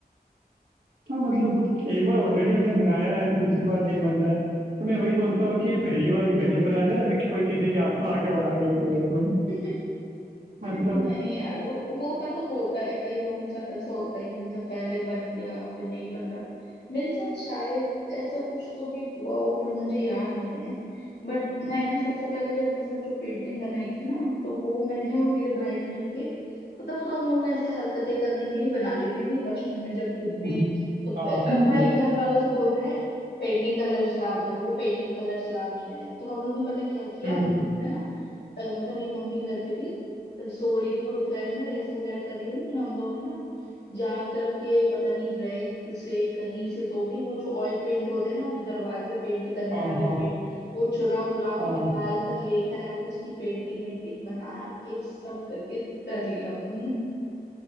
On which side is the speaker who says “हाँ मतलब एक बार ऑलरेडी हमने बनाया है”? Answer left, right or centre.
Right